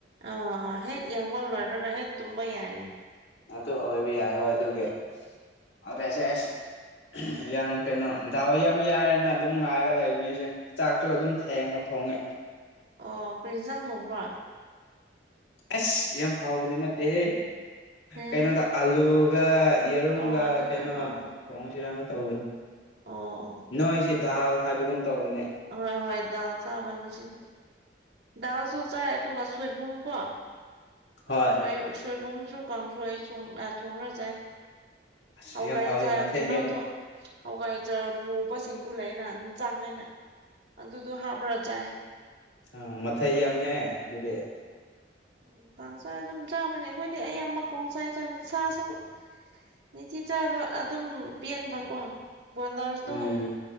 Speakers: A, on the right; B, on the left.
A: ꯑꯥ ꯍꯦꯛ ꯌꯥꯡꯕ ꯂꯣꯏꯔꯒ ꯍꯦꯛ ꯇꯨꯝꯕ ꯌꯥꯏꯅꯤꯅ
B: ꯑꯗꯨ ꯑꯣꯏꯕ ꯌꯥꯏ ꯍꯣꯏ ꯑꯗꯨꯒꯤ ꯑꯗꯨꯗꯁꯦ ꯑꯩꯁ ꯌꯥꯝ ꯀꯩꯅꯣ ꯗꯥꯎ ꯌꯥꯝ ꯌꯥꯔꯦꯅ ꯑꯗꯨꯝ ꯉꯥꯏꯔꯒ ꯂꯩꯕꯅꯤꯁꯦ ꯆꯥꯛꯇꯣ ꯑꯗꯨꯝ ꯊꯦꯡꯉ ꯊꯣꯡꯉꯦ
A: ꯑꯣ ꯀꯔꯤꯖꯪꯗꯣꯡꯕ꯭ꯔꯣ
B: ꯑꯁ ꯌꯥꯝ ꯍꯥꯎꯕꯗꯤ ꯅꯠꯇꯦꯍꯦ
A: ꯍꯝ
B: ꯀꯩꯅꯣꯗ ꯑꯥꯂꯨꯒ ꯌꯦꯔꯨꯝꯒ
A: ꯑꯣ ꯅꯪ
B: ꯀꯩꯅꯣ
A: ꯑꯥ ꯑꯣ
B: ꯊꯣꯡꯁꯤꯔꯅ ꯇꯧꯕꯅꯤ
A: ꯑꯣ
B: ꯅꯣꯏ ꯁꯤꯗꯤ ꯗꯥꯜ ꯍꯥꯏꯕꯒꯨꯝ ꯇꯧꯕꯅꯦ
A: ꯍꯣꯏ ꯍꯣꯏ ꯗꯜ ꯆꯥ ꯉꯁꯤꯗꯤ ꯗꯜ ꯆꯧ ꯆꯥ ꯁꯣꯏꯕꯨꯝ ꯀꯣ
B: ꯍꯣꯏ
A: ꯣꯏ ꯁꯣꯏꯕꯨꯝꯁꯨ ꯀꯥꯡꯁꯣꯏ ꯁꯨꯡꯅ ꯊꯣꯡꯅꯖꯩ
B: ꯑꯁ
A: ꯍ
B: ꯌꯥꯝ
A: ꯀꯥꯏ
B: ꯍꯥꯎꯋꯦ
A: ꯆ
B: ꯃꯊꯦꯜ
A: ꯀꯩꯅꯣ
B: ꯌꯥꯝ
A: ꯇ ꯍꯧ ꯀꯥꯏ ꯆꯁ ꯁꯤꯡꯗꯨ ꯂꯩꯅ ꯑꯗꯨ ꯆꯥꯡ ꯍꯥꯏꯅ ꯑꯗꯨꯗꯣ ꯍꯥꯞꯕ꯭ꯔꯥ ꯆꯥꯏ
B: ꯑ ꯃꯊꯥꯏꯝ ꯍꯦ ꯑꯗꯨꯗꯤ
A: ꯎꯝ ꯀꯥꯡꯁꯥꯏ ꯑꯗꯨꯝ ꯆꯥꯕꯅꯤ ꯑꯩꯈꯣꯏꯗꯤ ꯑꯌꯥꯝꯕ ꯀꯥꯡꯁꯥꯏ ꯆꯥꯕꯅꯤ ꯁꯥꯁꯨ ꯅꯤꯡꯊꯤ ꯆꯥꯕ ꯑꯗꯨꯝ ꯄꯦꯟꯕꯀꯣ ꯕꯣꯏꯂꯔꯁꯇꯣ
B: ꯎꯝ